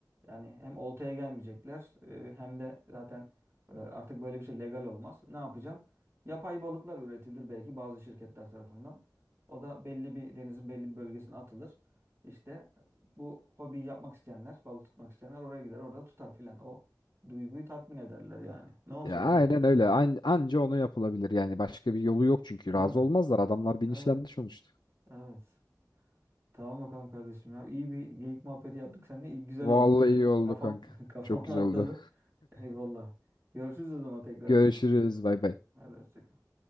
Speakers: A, on the right (about 35°); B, on the left (about 85°).
A: Yani hem oltaya gelmeyecekler e, hem de zaten e, artık böyle bir şey legal olmaz. Ne yapacağım? Yapay balıklar üretilir belki bazı şirketler tarafından. O da belli bir denizin belli bir bölgesine atılır. İşte e, bu hobiyi yapmak isteyenler, balık tutmak isteyenler oraya gider, orada tutar filan. O duyguyu tatmin ederler yani. Ne olacak?
B: Ya aynen
A: <laughs>
B: öyle. An anca onu yapılabilir yani. Başka bir yolu yok çünkü.
A: Değil
B: Razı
A: mi?
B: olmazlar. Adamlar bilinçlendi
A: Evet,
B: sonuçta.
A: evet. Tamam bakalım kardeşim ya. İyi bir geyik muhabbeti yaptık seninle. İyi, güzel
B: Vallahi
A: oldu.
B: iyi oldu
A: Kafam
B: kanka.
A: <laughs> kafam
B: Çok güzel
A: rahatladı.
B: oldu.
A: Eyvallah. Görüşürüz o zaman tekrardan.
B: Görüşürüz. Bay bay.
A: Hadi hoşça kal.